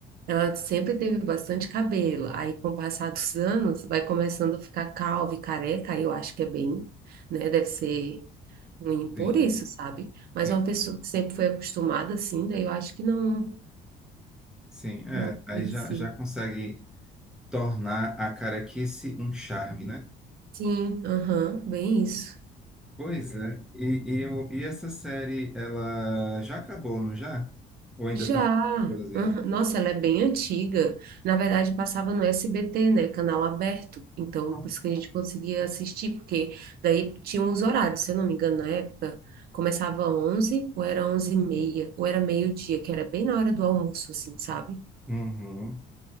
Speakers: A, on the right; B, in the centre.
A: ela sempre teve bastante cabelo, aí com o passar dos anos vai começando a ficar calva e careca, aí eu acho que é bem, né? Deve ser ruim por
B: Sim,
A: isso, sabe? Mas
B: sim,
A: é uma pessoa que sempre foi acostumada assim, daí eu acho que não,
B: sim. É,
A: não influencia.
B: aí já, já consegue. tornar a caraquice um charme, né?
A: Sim, aham, bem isso.
B: Pois é. E, e, o- e essa série, ela já acabou, não já? Ou ainda
A: Já.
B: está produzida?
A: Aham. Nossa, ela é bem antiga. Na verdade, passava no SBT, né? Canal aberto. Então,
B: Não.
A: por isso que a gente conseguia assistir, porque daí tinha uns horários, se eu não me engano, na época, começava 11, ou era onze e meia, ou era meio-dia, que era bem na hora do almoço, assim, sabe?
B: Uhum,